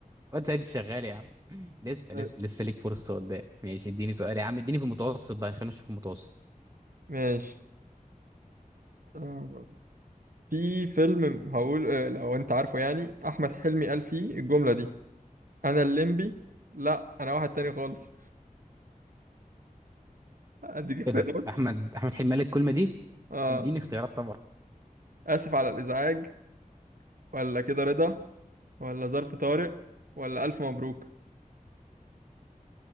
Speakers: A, on the right; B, on the right.
A: واد سيد الشغال يا عم <laughs> لسه
B: آه،
A: لسه لسه ليك فرصة قدام ماشي اديني سؤال يا عم اديني في المتوسط بقى خلينا نشوف المتوسط
B: ماشي آه، في فيلم هقول آه، لو انت عارفه يعني احمد حلمي قال فيه الجملة دي انا الليمبي لا انا واحد تاني خالص اديك اختيارات
A: ايه ده أحمد أحمد حلمي قال لك الكلمة دي
B: اه
A: اديني اختيارات طبعا
B: اسف على الازعاج ولا كده رضا ولا ظرف طارق ولا الف مبروك